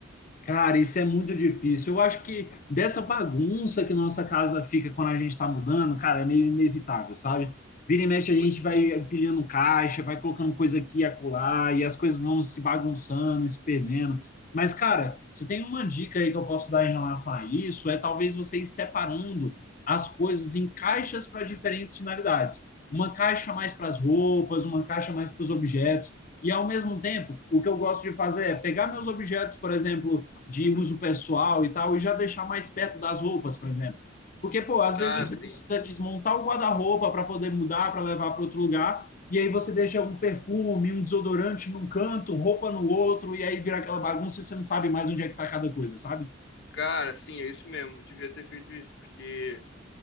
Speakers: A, on the left; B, on the left.
A: Cara, isso é muito difícil. Eu acho que dessa bagunça que nossa casa fica quando a gente está mudando, cara, é meio inevitável, sabe? Vira e mexe,
B: Putz,
A: a gente vai empilhando caixa, vai colocando coisa aqui e acolá, e as coisas vão se bagunçando, e se perdendo. Mas, cara, você tem uma dica aí que eu posso dar em relação a isso? É talvez você ir separando as coisas em caixas para diferentes finalidades. Uma caixa mais para as roupas, uma caixa mais para os objetos. E, ao mesmo tempo, o que eu gosto de fazer é pegar meus objetos, por exemplo, de uso pessoal e tal, e já deixar mais perto das roupas, por exemplo. Porque, pô, às
B: cara,
A: vezes você
B: sim
A: precisa desmontar o guarda-roupa para poder mudar, para levar para outro lugar, e aí você deixa um perfume, um desodorante num canto, roupa no outro, e aí vira aquela bagunça e você não sabe mais onde é que tá cada coisa, sabe?
B: cara, sim é isso mesmo. Eu devia ter feito isso, porque